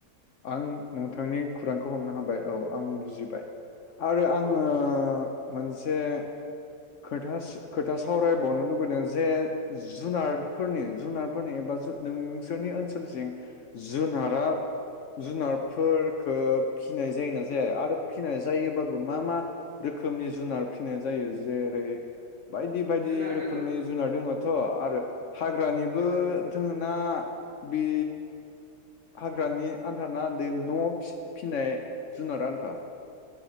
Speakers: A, on the left; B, on the right.
A: आं नोंथांनि खुरांखौ हमनो हाबाय औ आं बुजि बाय आरो आङो
B: औ औ
A: मोनसे खोथा खोथा सावरायबावनो लुुबैदों जे जुनारफोरनि जुनारफोरनि एबा नोंसोरनि ओनसोलसिम जुनारा जुनारफोरफोरखौ फिनाय जायोना जाया आरो फिनाय जायोबाबो मा मा रोखोमनि जुनार फिनाय जायो जे फ्राय बायदि बायदि
B: जुनारखौथ'
A: रोखोमनि जुनार दङ थ' आरो हाग्रानिबो
B: ओ
A: जों ना बे हाग्रानि आन्था ना दे न' फिनाय जुनार आन्था